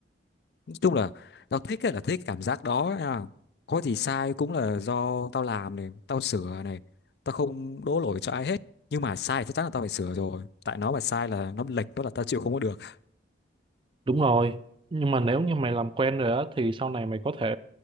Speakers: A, on the left; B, on the right.
A: chung là tao thích ấy là thích cảm giác đó nha có gì sai cũng là do tao làm này tao sửa này tao không đổ lỗi cho ai hết nhưng mà sai chắc chắn là tao phải sửa rồi tại nó mà sai là nó lệch đó là tao chịu không có được
B: Đúng rồi, nhưng mà nếu như mày làm quen rồi á thì sau này mày có thể